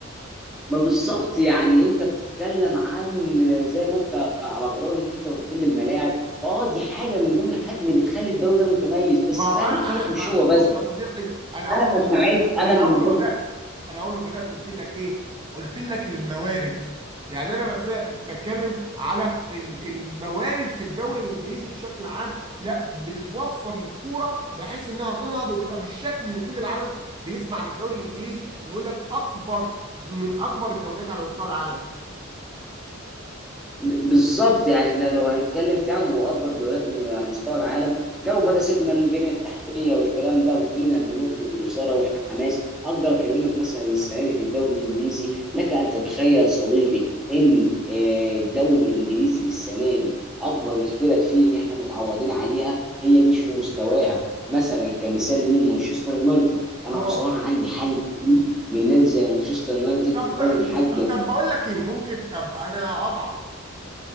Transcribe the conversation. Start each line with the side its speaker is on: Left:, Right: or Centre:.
Centre: ما بالظبط يعني انت بتتكلم عن آه، زي ما انت على غرار ان انت قلت لي الملاعب فاه دي حاجه من ضمن الحاجات اللي بتخلي الدوري ده متميز بس
Right: ما
Centre: زي
Right: هو انا
Centre: ما قلت لك
Right: انا
Centre: مش
Right: ما
Centre: هو
Right: بص
Centre: بس
Right: يا صديقي انا اول
Centre: انا
Right: ما بدات
Centre: لما اعد انا
Right: انا
Centre: لما
Right: اول ما بدات انا اول ما بدات قلت لك ايه؟ قلت لك الموارد يعني انا بس- بتكلم على ال- الموارد في الدوري الانجليزي بشكل عام لا بتتوفر للكوره بحيث انها تنهض وتبقى بالشكل اللي كل العالم بيسمع عن الدوري الانجليزي وبيقول لك اكبر من اكبر الدوريات على مستوى العالم.
Centre: ب- بالظبط يعني احنا لو هنتكلم فعلا هو اكبر دوريات م- على مستوى العالم لو بقى سيبنا من البنيه التحتيه والكلام ده وجينا لنقطه الاثاره والحماس اقدر اكلمك مثلا ان السنه دي في الدوري الانجليزي لك ان تتخيل صديقي ان آه، الدوري الانجليزي السنه دي اكبر الفرق فيه اللي احنا متعودين عليها هي مش في مستواها مثلا كمثال مين مانشستر يونايتد انا
Right: اه
Centre: بصراحه عندي حاله تقليل من نادي زي مانشستر يونايتد
Right: طب
Centre: نادي محقق
Right: طب بقول لك ايه ممكن طب انا اقطعك